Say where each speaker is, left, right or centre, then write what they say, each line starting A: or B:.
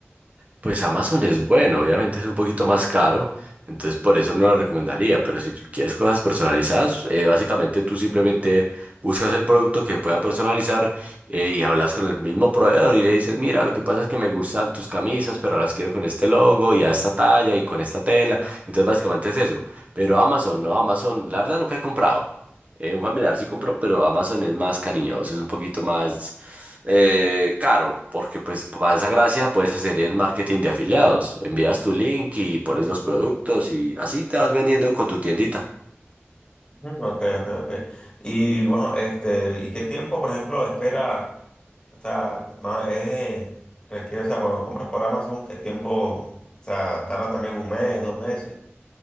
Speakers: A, on the right (about 35°); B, on the left (about 25°).
A: Pues Amazon es bueno, obviamente es un poquito más caro, entonces por eso no lo recomendaría, pero si quieres cosas personalizadas, eh, básicamente tú simplemente buscas el producto que pueda personalizar eh, y hablas con el mismo proveedor y le dices, mira, lo que pasa es que me gustan tus camisas, pero las quiero con este logo y a esta talla y con esta tela, entonces básicamente es eso. Pero Amazon, no, Amazon, la verdad nunca he comprado. Eh, un familiar sí compró, pero Amazon es más cariñoso, es un poquito más Eh, caro, porque pues para esa gracia puedes hacer el marketing de afiliados. Envías tu link y pones los productos y así te vas vendiendo con tu tiendita.
B: Ujú. Ok, ok, ok. Y bueno, este, ¿y qué tiempo, por ejemplo, espera, o sea, ma- eh, requiere, o sea, cuando compras por Amazon, qué tiempo, o sea, tarda también un mes, dos meses?